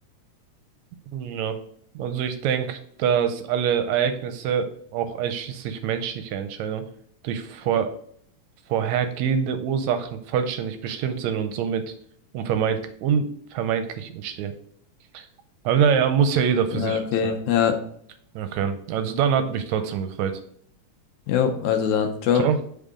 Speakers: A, on the right (about 75°); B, on the left (about 80°).
A: Ja, also ich denke, dass alle Ereignisse, auch einschließlich menschlicher Entscheidungen, durch vor vorhergehende Ursachen vollständig bestimmt sind und somit unvermeidlich, unvermeidlich entstehen. Aber naja, muss ja jeder für
B: Ja,
A: sich
B: okay,
A: wissen,
B: ja,
A: ne? Okay, also dann hat mich trotzdem gefreut.
B: jo, also dann, ciao.
A: Ciao.